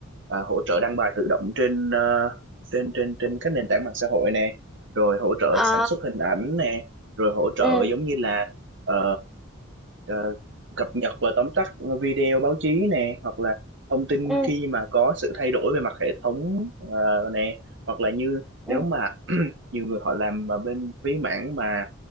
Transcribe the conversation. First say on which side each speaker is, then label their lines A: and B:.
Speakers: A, on the right; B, in the centre.
A: ờ, hỗ trợ đăng bài tự động trên ờ, trên trên trên các nền tảng mạng xã hội nè rồi hỗ trợ
B: ờ,
A: sản xuất hình ảnh nè rồi hỗ trợ
B: ừ,
A: giống như là ờ, ờ, cập nhật và tóm tắt video báo chí nè hoặc là thông tin
B: ừ,
A: khi mà có sự thay đổi về mặt hệ thống ờ, nè hoặc là như nếu
B: ừ,
A: mà nhiều người họ làm mà bên phía mảng mà